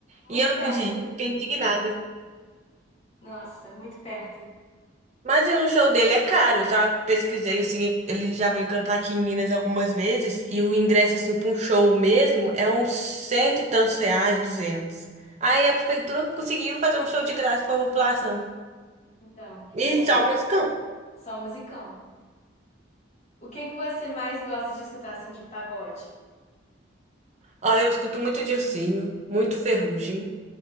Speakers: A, on the left; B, on the right.
A: muito
B: E eu não
A: perto.
B: podia ir. Fiquei indignada.
A: Nossa, muito perto.
B: Mas o show dele é caro, Eu já pesquisei assim, ele já veio cantar aqui em Minas algumas vezes e o ingresso assim para um show mesmo é uns cento e tantos reais, duzentos. Aí a prefeitura conseguiu fazer um show de graça para a população.
A: Então,
B: E
A: sempre
B: só musicão.
A: só musicão. O que que você mais gosta de escutar, assim, de pagode?
B: Ó, eu escuto muito Dilsinho, muito Ferrugem.